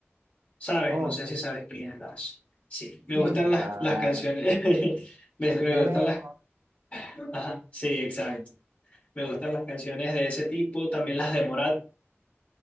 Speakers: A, on the left; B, on the right.
A: ¿sabes?
B: Ok,
A: No sé si sabes quién es Lazo. Sí, me
B: Sí,
A: gustan
B: sí,
A: las,
B: claro.
A: las canciones, <laughs> me, me
B: Te
A: gustan
B: veo.
A: las, ajá, sí, exacto. Me gustan las canciones de ese tipo, también las de Morat,